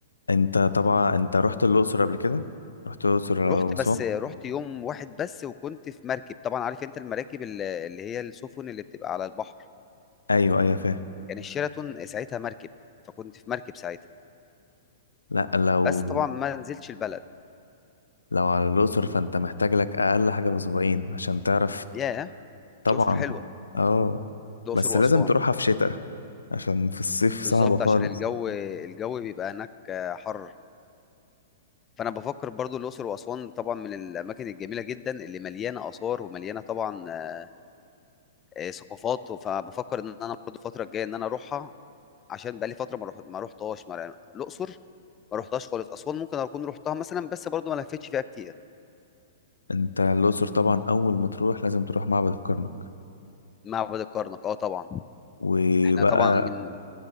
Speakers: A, on the left (about 85°); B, on the left (about 25°).
A: انت طبعا انت رحت الاقصر قبل كده رحت الاقصر
B: رحت
A: او اسوان
B: بس رحت يوم واحد بس وكنت في مركب طبعا عارف انت المراكب ال- اللي هي السفن اللي بتبقى على البحر
A: ايوه ايوه فاهم
B: كان الشيراتون ساعتها مركب فكنت في مركب ساعتها
A: لا لو
B: بس طبعا ما نزلتش البلد
A: لو على الاقصر فانت محتاج لك اقل حاجه اسبوعين عشان تعرف
B: ياه
A: طبعا
B: الاقصر حلوه
A: اه
B: الاقصر
A: بس
B: واسوان
A: لازم تروحها في شتاء عشان في الصيف صعبه
B: بالظبط
A: خالص
B: عشان الجو الجو بيبقى هناك آه، حر فانا بفكر برضو الاقصر واسوان طبعا من الاماكن الجميله جدا اللي مليانه اثار ومليانه طبعا آه، آه، ثقافات فبفكر ان انا برضو الفتره الجايه ان انا اروحها عشان بقالي فتره ما روح ما روحتهاش ما- يعني الاقصر ما روحتهاش خالص اسوان ممكن اكون روحتها مثلا بس برضو ما لفتش فيها كتير
A: وانت الاقصر طبعا اول ما تروح لازم تروح معبد الكرنك
B: معبد الكرنك اه طبعا
A: وبقى
B: احنا طبعا من